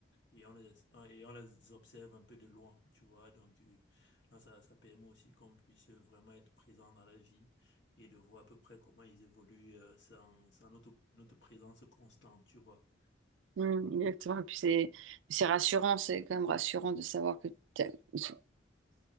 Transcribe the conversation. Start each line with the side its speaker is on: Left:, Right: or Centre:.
Left: et on les, et on les observe un peu de loin, tu vois. Donc, euh, là, ça, ça permet aussi qu'on puisse vraiment être présent dans la vie et de voir à peu près comment ils évoluent euh, sans, sans notre, notre présence constante, tu vois.
Right: mm, exactement. Et puis c'est c'est rassurant, c'est quand même rassurant de savoir que t'as- ils sont-